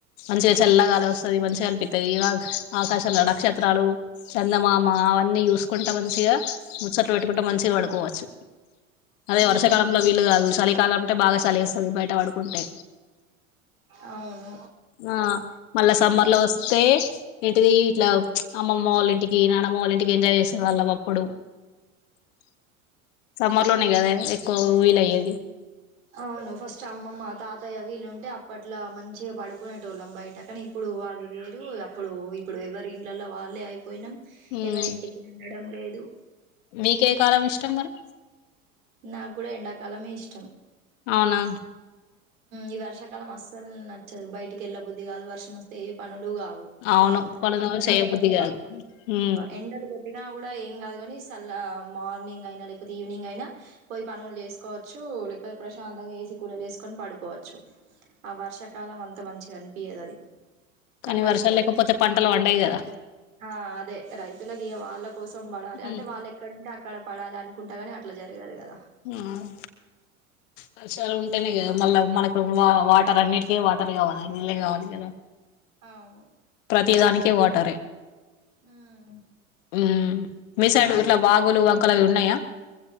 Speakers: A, on the left; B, on the right.
A: మంచిగా చల్లగాలి వస్తుంది మంచిగా అనిపిస్ ఇలా ఆకాశ నక్షత్రాలు చందమామ అవన్నీ చూసుకుంటా మంచిగా చట్లు పెట్టుకుంట మంచిగా పడుకోవచ్చు
B: <inaudible>
A: అదే
B: అవును
A: వర్షాకాలంలో వీలు కాదు చలికాలం అంటే బాగా చలి ఇస్తుంది బయట పడుకుంటే
B: అవును
A: ఆ మళ్ళా సమ్మర్
B: ఫస్ట్
A: లో వస్తే ఏంటిది ఇట్లా అమ్మమ్మ వాళ్ళ ఇంటికి నానమ్మ వాళ్ళ ఇంటికి ఎంజాయ్ చేసినారు వాళ్ళం అప్పుడు <inaudible> సమ్మర్ లోనే కదా ఎక్కువ వీలు అయ్యేది
B: అవును ఫస్ట్ అమ్మమ్మ తాతయ్య వీళ్ళుంటే అప్పట్లా మంచిగా పడుకునే కోనేటోల్లం బయట కానీ ఇప్పుడు వాళ్ళు లేరు అప్పుడు ఇప్పుడు ఎవరి ఇంట్లలో వాళ్ళే పోయినాం
A: ఉమ్
B: ఎవరి ఇంటికి ఉండడం లేదు
A: మీకే కాలం ఇష్టం మరి
B: నాకు కూడా ఎండాకాలమే ఇష్టం
A: అవునా
B: ఈ వర్షాకాలం అస్సలు నచ్చదు బయటికెళ్ళబుద్ధి కాదు వర్షం వస్తే ఏ ప కావు
A: అవును
B: అదే
A: పనులు
B: ఎండాకాలం
A: చేయబుద్ధి
B: ఐతే
A: కాదు ఉమ్
B: ఎండలు అయినా కూడా ఏం కాదు కానీ చల మార్నింగ్ అయినా లేకపోతే ఈవినింగ్ అయినా పోయి పనులు చేసుకోవచ్చు లేకపోతే ప్రశాంతంగా ఏసీ కూలర్ వేసు కొని పడుకోవచ్చు ఆ వర్షాకాలం అంత మంచిగా అనిపియదు అది
A: కానీ
B: కాని
A: వర్షాలు
B: రైతులకి
A: లేకపోతే
B: <unintelligible>
A: పంటలు పండయి కదా
B: ఆ అదే రైతులకి వాళ్ళ కోసం పడాలి
A: ఉమ్,
B: అంటే వాళ్ళు ఎక్కడంటే అక్కడ పడాలి అనుకుంటా కాని అట్లా జరగాదు కదా
A: ఉమ్
B: <inaudible>
A: వర్షాలు ఉంటేనే కదా మళ్ళా మనకు వాటర్ అన్నిటికీ వాటర్ కావాలి నీళ్ళ కావాలి కదా
B: అవును
A: ప్రతి దానికి వాటరే
B: ఉమ్
A: ఉమ్ మీ సైడ్ గుట్ల వాగులు వంకలు అవి ఉన్నాయా